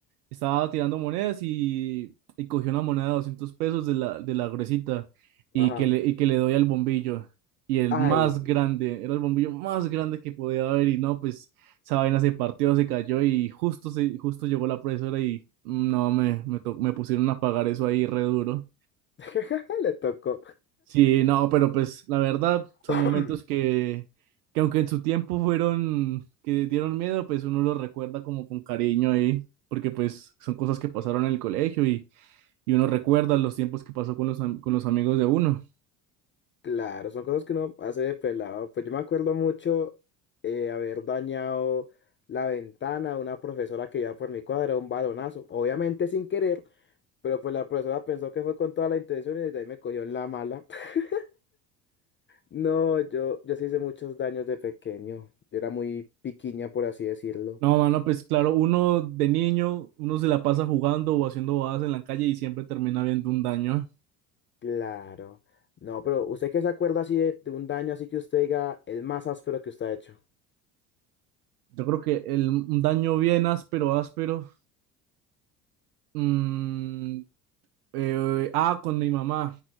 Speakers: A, on the right (about 70°); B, on the left (about 25°).
A: estaba tirando monedas y, y cogí una moneda de 200 pesos de la, de la gruesita y
B: Ajá.
A: que, le, y que le doy al bombillo. Y el
B: Ay,
A: más grande, era el bombillo más grande que podía haber y no, pues esa vaina se partió, se cayó y justo, se, justo llegó la profesora y no, me, me, to- me pusieron a pagar eso ahí re duro.
B: <laughs> le tocó.
A: Sí, no, pero pues la verdad son
B: <clears throat>
A: momentos que, que aunque en su tiempo fueron, que dieron miedo, pues uno los recuerda como con cariño ahí, porque pues son cosas que pasaron en el colegio y, y uno recuerda los tiempos que pasó con los, am- con los amigos de uno.
B: Claro, son cosas que uno hace de pelado. Pues yo me acuerdo mucho eh, haber dañado la ventana de una profesora que iba por mi cuadra, un balonazo, obviamente sin querer, pero pues la profesora pensó que fue con toda la intención y desde ahí me cogió en la mala. <laughs> No, yo, yo sí hice muchos daños de pequeño. Yo era muy piquiña, por así decirlo.
A: No, mano, pues claro, uno de niño, uno se la pasa jugando o haciendo bobadas en la calle y siempre termina viendo un daño.
B: Claro. No, pero ¿usted qué se acuerda así de, de un daño así que usted diga el más áspero que usted ha hecho?
A: Yo creo que el, un daño bien áspero, áspero, mm, Eh, ah, con mi mamá.